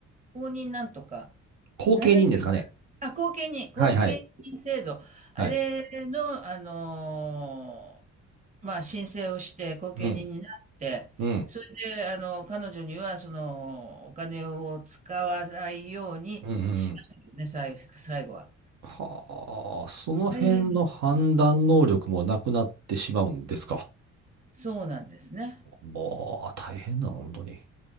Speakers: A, on the right; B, on the right.
A: 公認なんとか、
B: 後見人ですかね。
A: なんだっあ、後見人、後見人制度。
B: はいはい。
A: あれの、
B: はい。
A: あのーまあ、申請をして、後見人になって、
B: うん。うん。
A: それで、あの、彼女には、その、お金を使わないようにしましたけどね、
B: うん。うんうん
A: 最、最後は。
B: はあ、その辺の判断能力もなくなってしまうんですか。
A: 大変ですよ。そうなんですね。
B: もう、大変だ、本当に。